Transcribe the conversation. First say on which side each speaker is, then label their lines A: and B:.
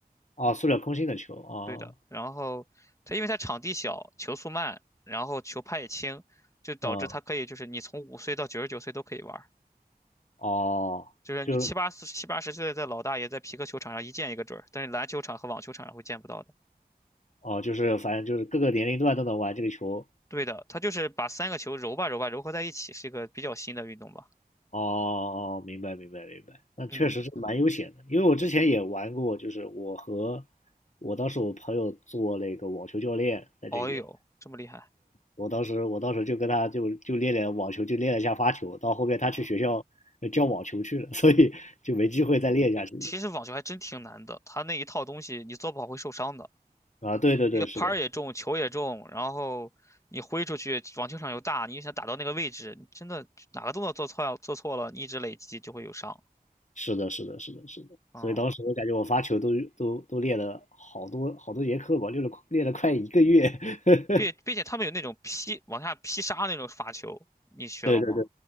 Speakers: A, on the left; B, on the left.
A: 哦，塑料空心的球，哦，
B: 对的，然后它因为它场地小，球速慢，然后球拍也轻，就导致它可以就是你从五岁到九十九岁都可以玩儿
A: 嗯，哦，
B: 就是你七八四七八十岁的老大爷在皮克球场上一见一个准儿，
A: 就
B: 但是篮球场和网球场上会见不到的。
A: 哦，就是反正就是各个年龄段都能玩这个球。
B: 对的，它就是把三个球揉吧揉吧揉合在一起，是一个比较新的运动吧。
A: 哦哦，哦明白明白明白，那确实是蛮悠闲的，
B: 嗯，
A: 因为我之前也玩过，就是我和我当时我朋友做那个网球教练在这边，
B: 哦哟，这么厉害
A: 我当时我当时就跟他就就练练网球，就练了一下发球，到后面他去学校呃教网球去了，
B: 啊！
A: <laughs> 所以就没机会再练下去了。
B: 其实网球还真挺难的，它那一套东西你做不好会受伤的。
A: 啊，对对对，
B: 一个拍儿也重，
A: 是的，
B: 球也重，然后你挥出去，网球场又大，你又想打到那个位置，你真的哪个动作做错了做错了，你一直累积就会有伤。
A: 是的，是的，是的，是的。
B: 嗯，
A: 所以当时我感觉我发球都都都练了好多好多节课吧，练了练了快一个月。<laughs>
B: 并并且他们有那种劈往下劈杀那种发球，你学了吗？
A: 对对对，